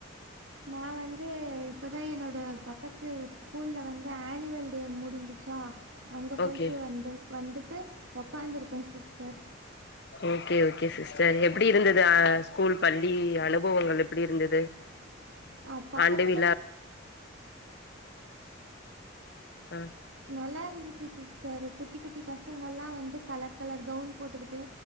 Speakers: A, on the right (about 75°); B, on the left (about 55°).
A: நா வந்து இப்பதா என்னோட பக்கத்து ஸ்கூல்ல வந்து ஆனுவல் டே முடிஞ்சுச்சா அங்க போயிட்டு
B: ஓகே
A: வந்து வந்துட்டு உக்காந்து இருக்கோம் சிஸ்டர்
B: ஓகே ஓகே சிஸ்டர் எப்படி இருந்தது ஸ்கூல் பள்ளி அனுபவங்கள் எப்படி இருந்தது
A: <unintelligible> பக்கத்துல
B: ஆண்டு விழா ஆ
A: நல்லா இருந்துச்சு சிஸ்டர் குட்டி குட்டி பசங்கள்லாம் வந்து கலர் கலர் கவுன் போட்டுக்கிட்டு